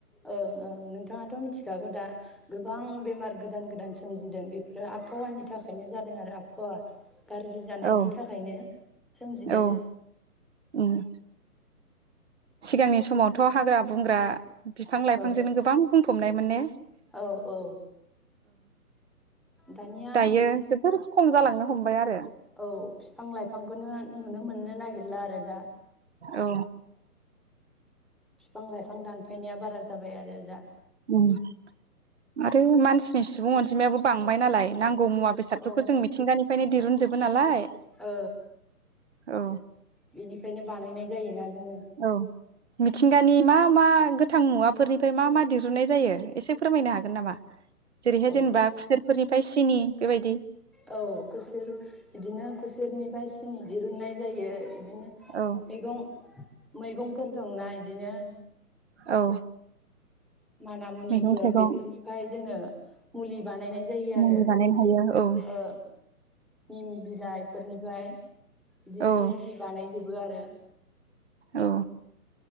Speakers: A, in the centre; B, on the right.
A: ओं ओं नोंथाङाथ' मिथिखागौ दा गोबां बेमार गोदान गोदान सोमजिदों बेफोरो आबहावानि थाखायनो जादों आरो आबहावा गाज्रि जानायनि
B: औ
A: थाखायनो सोमजिदों।
B: औ उम सिगांनि समावथ' हाग्रा बंग्रा बिफां लाइफांजोंनो
A: औ
B: गोबां बुंफबनायमोन ने?
A: औ औ दानिया
B: दायो जोबोर खम जालांनो हमबाय आरो।
A: औ बिफां लाइफांखौनो नुनो मोननो नागिरला आरो दा।
B: औ
A: बिफां लाइफां दानफायनाया बारा जाबाय आरो दा।
B: उम आरो मानसिनि सुबुं अनजिमायाबो बांबाय नालाय नां गौ मुवा बेसाफोरखौ
A: औ
B: जों मिथिंगानिफ्रायनो दिरुनजोब बो नालाय।
A: औ
B: औ
A: बेनिफ्रायनो बानायनाय। जायोना। जोङो
B: औ मिथिंगानि मा मा गोथां मुवाफोरनिफ्राय मा मा दिरुननाय जायो एसे फोरमायनो हागोन नामा? जेरैहाय
A: औ
B: जेनेबा खुसेरफोरनि फ्रायसिनि बेबायदि।
A: औ खुसेर बिदिनो खुसेरनिफ्राय सिनि दिरुननाय जायो। बिदिनो
B: औ
A: मैगं मैगंफोर दंना। बिदिनो।
B: औ।
A: माना मुनिफोर
B: मैगं थाइगं
A: बेफोरनिफ्राय जोङो मुलि बानायनाय जायो
B: मुलि
A: आरो
B: बानायनो हायो औ
A: ओ निम बिलाइफोरनिफ्राय बिदिनो
B: औ
A: मुलि बानायजोब बो आरो।
B: औ।